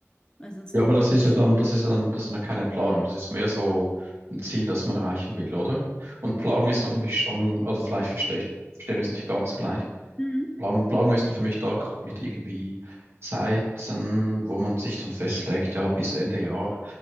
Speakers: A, on the left; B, on the right.
A: weil sonst
B: Ja,
A: kann
B: aber das
A: man
B: ist
A: auch
B: ja
A: schnell.
B: dann, das ist dann, das ist ja keine Planung. Das ist mehr so ein Ziel, das man erreichen will, oder? Und Planung
A: Mhm.
B: ist noch für mich schon, oder vielleicht verstehe ich, verstehen wir es nicht ganz gleich.
A: Mhm.
B: Plan Planung ist nur für mich doch mit irgendwie Zeiten, wo man sich dann festlegt, ja, bis Ende Jahr